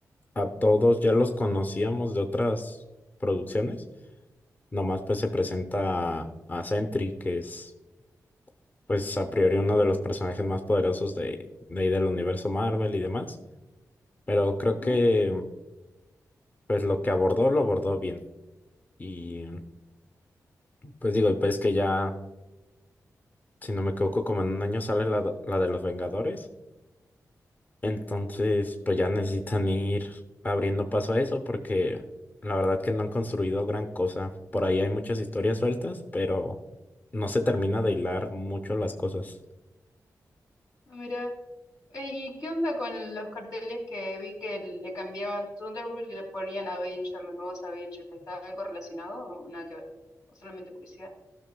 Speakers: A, on the left; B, on the left.
A: a todos ya los conocíamos de otras producciones. Nomás pues se presenta a, a Sentry, que es pues a priori uno de los personajes más poderosos de, de ahí del universo Marvel y demás. Pero creo
B: Ajá.
A: que pues lo que abordó lo abordó bien. Y pues digo, pues que ya, si no me equivoco, como en un año sale la, la de los Vengadores. Entonces, pues ya necesitan ir abriendo paso a eso porque la verdad que no han construido gran cosa. Por ahí hay muchas historias sueltas, pero no se termina de hilar mucho las cosas.
B: Ah, mira. Eh, ¿y qué onda con los carteles que vi que le cambiaban Thunderbolt y le ponían Avengers, los nuevos Avengers? ¿Está algo relacionado o nada que ver? ¿O solamente publicidad?